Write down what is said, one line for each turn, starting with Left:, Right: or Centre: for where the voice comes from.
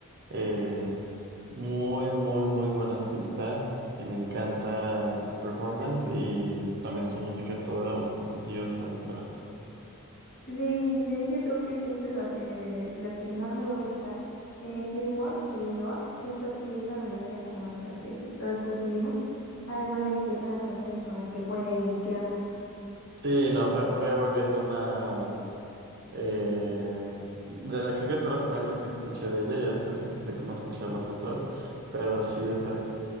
Right: eh, Muy, muy, muy buen artista. y me encantan sus performances y también su música toda, uf, un diosa, literal.
Left: Sí, de ella creo que siempre la que, las que más me va a gustar es Civil War y Roar. Siento que es a la mayoría como la la que todas coincidimos, además de que son las canciones con las que fue iniciando.
Right: Sí, no, Fi- Firework es una... eh, de la, creo que fue la primera canción que escuché de ella, ya después empecé como a escuchar las otras, pero sí, o sea,